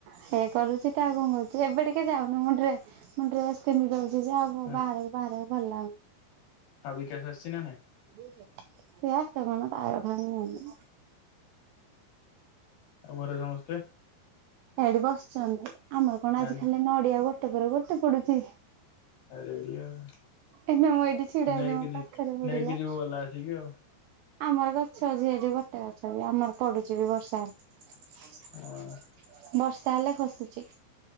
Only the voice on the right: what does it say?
ହେଇ କରୁଛି ତ, ଆଉ କଣ କରୁଛି। ଏବେ ଟିକେ ଯାଉନି ମୁଣ୍ଡରେ ମୁଁ ଡ୍ରେସ ପିନ୍ଧି ଯାଉଛି ଯେ ଆଉ
ବାହାରକୁ ବାହାରିବାକୁ ଭଲ ଲାଗୁନି।
ସିଏ ଆସେ କଣ ତା କଥା କୁହନି।
ହେଇଟି ବସିଛନ୍ତି। ଆମର କଣ
ଆଜି
ଖାଲି ନଡ଼ିଆ, ଗୋଟେ ପରେ ଗୋଟେ ପଡୁଛି।
ଏ ନାଁ ମୁଁ ଏଇଠି ଛିଡା
ହେଇଚି ମୋ
ପାଖରେ ପଡିଲା।
ଆମର ଗଛ ଅଛି ଏଠି ଗୋଟେ ଗଛ ବି ଆମର ପଡୁଛି ବି ବର୍ଷା ହେଲେ।
ବର୍ଷା ହେଲେ ଖସୁଛି।